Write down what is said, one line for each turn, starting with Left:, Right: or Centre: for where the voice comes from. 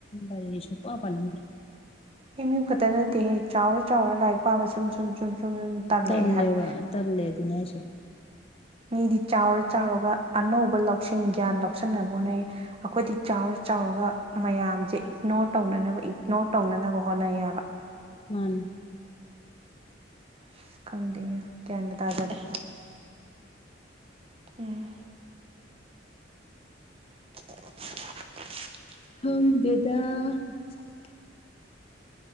Left: ꯂꯔꯤ ꯁꯨꯡ ꯄ ꯄꯥꯅꯤꯡꯗ꯭ꯔꯦ
Right: ꯑꯦꯝ ꯌꯨ ꯈꯛꯇ ꯅꯠꯇꯦꯍꯦ ꯆꯥꯎꯔ ꯆꯥꯎꯔ ꯂꯥꯏꯔꯤꯛ ꯄꯥꯕ ꯁꯨꯝ ꯁꯨꯝ ꯁꯨꯝ ꯁꯨꯝ ꯇꯜꯂꯛꯑꯦ
Left: ꯇꯜꯂꯦꯕ
Right: ꯍꯥꯏꯕ
Left: ꯇꯜꯂꯦ ꯑꯗꯨꯅꯦ ꯍꯥꯏꯁꯦ
Right: ꯃꯤꯗꯤ ꯆꯥꯎꯔ ꯆꯥꯎꯔꯒ ꯑꯅꯧꯕ ꯂꯧꯁꯤꯡ ꯒ꯭ꯌꯥꯟ ꯂꯧꯁꯤꯟꯅꯕ ꯍꯣꯠꯅꯩ ꯑꯩꯈꯣꯏꯗꯤ ꯆꯥꯎꯔ ꯆꯥꯎꯔꯒ ꯃꯌꯥꯝꯁꯦ ꯏꯛꯅꯣꯔ ꯇꯧꯅꯅꯕ ꯏꯛꯅꯣꯔ ꯇꯧꯅꯅꯕ ꯍꯣꯠꯅꯩꯌꯦꯕ
Left: ꯃꯥꯅꯦ
Right: ꯑꯁ ꯈꯪꯗꯦꯅꯦ ꯒ꯭ꯌꯥꯟꯒ ꯇꯥꯖꯔꯦ ꯎꯝ <unintelligible>
Left: ꯈꯪꯗꯦꯗ <unintelligible>